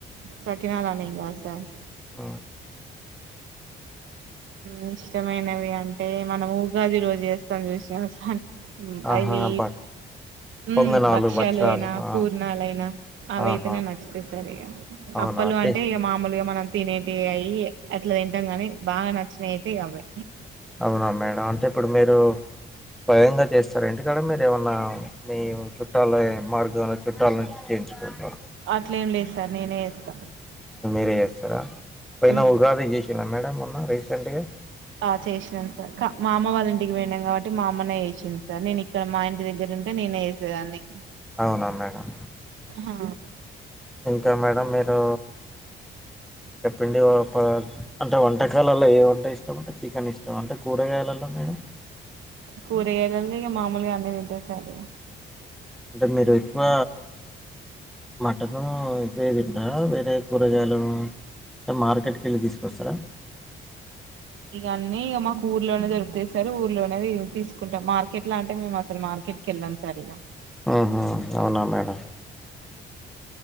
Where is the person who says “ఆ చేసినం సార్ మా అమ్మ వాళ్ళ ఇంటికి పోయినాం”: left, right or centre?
Right